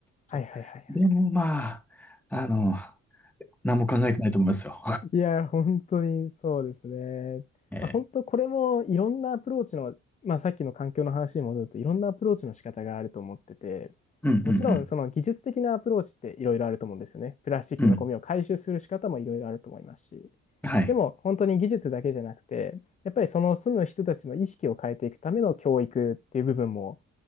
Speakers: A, on the left; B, in the centre.
A: はいはいはいはいはい
B: そうでもまあ、あの、何も考えてないと思いますよ。
A: いや、本当にそうですね。
B: <laughs> えー、
A: まあ、本当これもいろんなアプローチの、まあ、さっきの環境の話に戻るといろんなアプローチの仕方があると思ってて、
B: うんうん
A: もちろんその技術的なアプローチっていろいろあると思うんですよね。プラスチックのゴミを回収する仕方もいろいろあると思いますし。
B: うん。うん。はい。
A: でも本当に技術だけじゃなくて、やっぱりその住む人たちの意識を変えていくための教育っていう部分も、